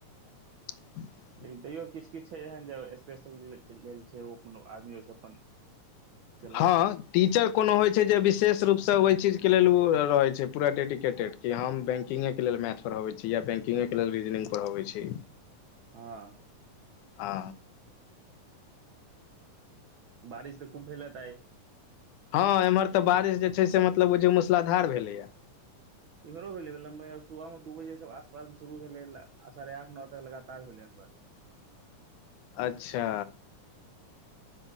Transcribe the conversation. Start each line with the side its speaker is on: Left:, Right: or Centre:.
Left: <inaudible>
Right: लेकिन तैयो किछु किछु छै एहन जे स्पेशल लेल छै ओ अपन आदमी ओहिसँ अपन केलक
Left: हँ टीचर कोनो होइत छै जे विशेष रूपसँ ओहि चीजके लेल ओ रहै छै पूरा डेडिकेटेड कि हम बैंकिंगेके लेल मैथ पढ़बैत छी या बैंि्गके लेल रीजनिङंग पढ़बैत छी
Right: हँ
Left: आ
Right: बारिश तऽ खूब भेललतै
Left: हँ एम्हर तऽ बारिश जे छै से मतलब बझ मूसलाधार भेलैया
Right: इम्हरो भेलै लम्ब सुबहमे दू बजे से आसपास मे शुरू भेलै आ साढ़े आठ नओ तक लगातार भेलै हन बारिश
Left: अच्छा